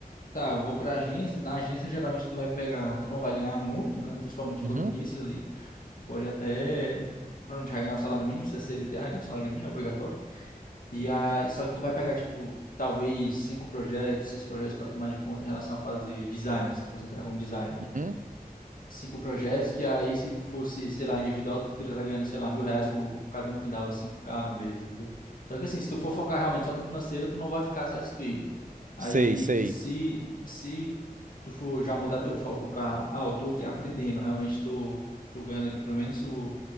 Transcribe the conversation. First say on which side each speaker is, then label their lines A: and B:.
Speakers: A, on the left; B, on the right.
A: tá, eu vou pra agência, na agência geralmente tu vai pegar, tu não vai ganhar muito, né? Principalmente se
B: Uhum,
A: for no início ali, tu pode até, pra não te ganhar o salário mínimo, se é CLT, vai ganhar o salário mínimo, é obrigatório. E aí, só que tu vai pegar, tipo, talvez cinco projetos, seis projetos pra tomar de conta em relação a fazer design, né? Se tu fosse entrar como designer
B: uhum.
A: cinco projetos, que aí se fosse, sei lá, individual, tu poderia estar ganhando, sei lá, mil reais por, por cada um, que dava cinco k no mês, entendeu? Só que assim, se tu for focar realmente só no financeiro, tu não vai ficar satisfeito. Aí,
B: Sei, sei.
A: se, se tu for já mudar teu foco para, ah, eu tô aqui aprendendo, realmente tô, tô ganhando aqui pelo menos o,